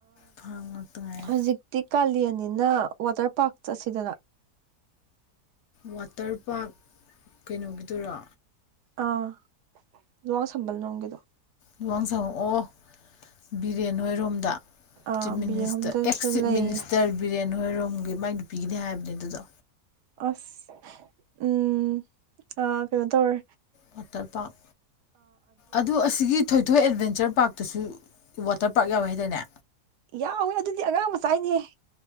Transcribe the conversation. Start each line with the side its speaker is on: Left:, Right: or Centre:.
Left: ꯐꯥꯝ ꯉꯥꯛꯇ ꯉꯥꯏꯔꯦ
Right: ꯍꯧꯖꯤꯛꯇꯤ ꯀꯥꯂꯦꯟ ꯅꯤꯅ ꯋꯥꯇꯔ ꯄꯥꯔꯛ ꯆꯠꯁꯤꯗꯅ
Left: ꯋꯥꯇꯔ ꯄꯥꯔꯛ ꯀꯩꯅꯣꯒꯤꯗꯨꯔꯥ
Right: ꯑꯥ ꯂꯡ ꯁꯝꯕꯜ ꯅꯣꯡꯒꯤꯗꯣ
Left: ꯂꯨꯋꯥꯡ ꯁꯪꯉꯛꯑꯣ ꯕꯤꯔꯦꯟ ꯅꯣꯏꯔꯣꯝ ꯗ
Right: ꯑꯥ
Left: ꯆꯤꯞ ꯃꯤꯅꯤꯁꯇꯔ
Right: ꯕꯤꯔꯍꯝꯗꯁꯨ
Left: ꯑꯦꯛꯁ ꯆꯤꯞ
Right: ꯂꯩ
Left: ꯃꯤꯅꯤꯁꯇꯔ ꯕꯤꯔꯦꯟ ꯍꯣꯏꯏꯔꯣꯒꯤ ꯃꯥꯒꯤ ꯄꯤꯒꯅꯤꯦ ꯍꯥꯏꯕꯅꯦ ꯑꯗꯨꯗꯣ
Right: ꯑꯁ ꯎꯝ ꯑ ꯀꯩꯅꯣ ꯇꯧꯦ
Left: ꯃꯇꯜ ꯄꯥꯛꯞ ꯑꯗꯨ ꯑꯁꯤꯒꯤ ꯊꯣꯏꯊꯣꯏ ꯑꯦꯠꯚꯦꯟꯆꯔ ꯄꯥꯔꯛꯇꯁꯨ ꯋꯥꯇꯔ ꯄꯥꯔꯛ ꯌꯥꯎꯋꯦ ꯍꯥꯏꯇꯥꯔꯅꯦ
Right: ꯌꯥꯎꯋꯦ ꯑꯗꯨꯗꯤ ꯑꯉꯥꯡ ꯃ ꯆꯥꯏꯅꯤꯍ